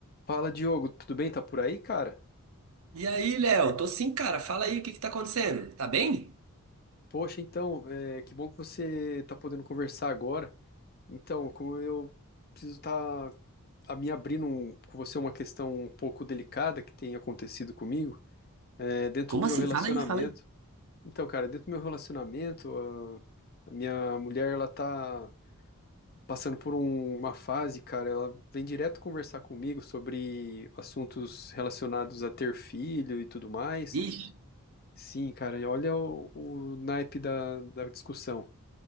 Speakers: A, on the left; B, on the right.
A: Fala, Diogo, tudo bem? Tá por aí, cara?
B: E aí, Léo? Tô sim, cara. Fala aí, o que que tá acontecendo? Tá bem?
A: Poxa, então, é, que bom que você tá podendo conversar agora. Então, como eu preciso estar tá, a me abrindo um- com você uma questão um pouco delicada que tem acontecido comigo, é, dentro
B: Como
A: do meu
B: assim?
A: relacionamento.
B: Fala aí, fala aí.
A: Então, cara, dentro do meu relacionamento, a, a minha mulher, ela tá passando por um- uma fase, cara, ela vem direto conversar comigo sobre assuntos relacionados a ter filho e tudo mais.
B: Ixi.
A: Sim, cara, e olha o, o naipe da, da discussão.